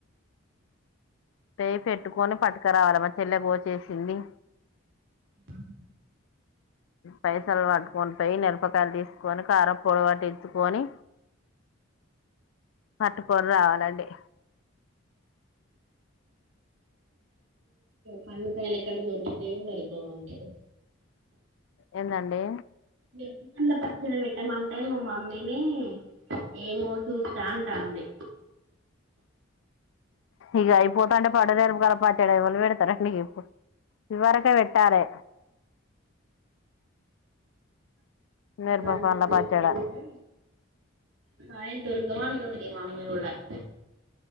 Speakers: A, on the left; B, on the right.
A: పే పెట్టుకొని పట్కరావాల మా చెల్లెపో చేసింది
B: హ్మ్
A: పైసలు పట్టుకొని పోయి మిరపకాయలు తీసుకొని కారం పొడ పట్టించుకొని పట్టుకొనీ రావాలండి.
B: పండుకయలు ఎక్కడ దొరుకుతాయో దొరకవో మీరు
A: ఎంతంటడి
B: మిరపపండ్ల పెట్టమంటే మా మమ్మీని ఏమో చూస్తా అంటాంది
A: ఇక అయిపోతా అంటే పాడదేరపు కాల పట్టేడ వాల్ళు పెడతారడి నీకు ఇప్పుడు ఇదవరకే పేట్టాలి మిరప
B: దానికని
A: పండ్ల
B: పెట్టామంటే
A: పచ్చడ
B: కాయలు దొరకవు అంటుంది మమ్మీ కూడా <inaudible>